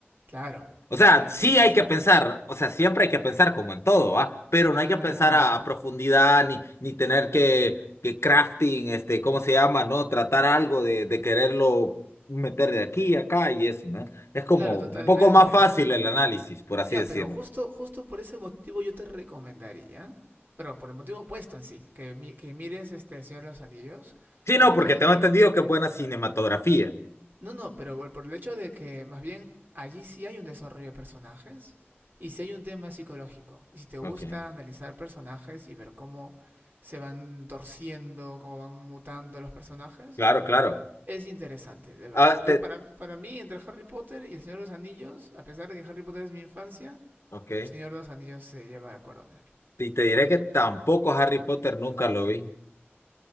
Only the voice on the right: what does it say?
Claro,
no
tienes
que pensar.
Claro,
claro, totalmente.
Ya,
pero justo, justo por ese motivo yo te recomendaría, pero por el motivo opuesto en sí, que, mi- que mires este El Señor de los Anillos,
porque
allí,
no, no, pero por por el hecho de que más bien allí sí hay un desarrollo de personajes y sí hay un tema psicológico. Y si te gusta
analizar personajes y ver cómo se van torciendo, cómo van mutando los personajes,
es interesante, de verdad.
Yo
para, para mí, entre Harry Potter y El Señor de los Anillos, a pesar de que Harry Potter es mi infancia,
Señor de los Anillos se lleva la corona.